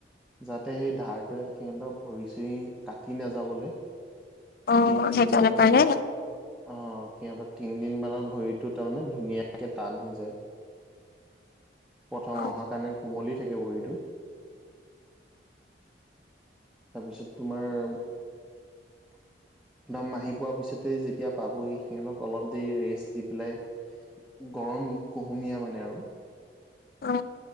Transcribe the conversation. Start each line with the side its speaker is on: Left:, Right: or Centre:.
Centre: যাতে সেই ধাৰটোৱে সিহঁতৰক ভৰি চুৰি কাটি নাযাবলে
Left: অ',
Centre: তিনদিন
Left: সেইকাৰণে
Centre: পাল নে
Left: পাৰে
Centre: কে পাল অ সিহঁতৰ তিনদিনমানত ভৰিটো তাৰমানে ধুনীয়াকে টান হৈ যায়। প্ৰথম
Left: অ',
Centre: অহাৰ কাৰণে কোমলি থাকে ভৰিটো। তাৰপিছত তোমাৰ একদম মাহি পোৱা পিছতে যেতিয়া পাবহি সিহঁতক অলপ দেৰি ৰেষ্ট দি পেলাই গ গৰম কুহুমীয়া মানে আও
Left: অ।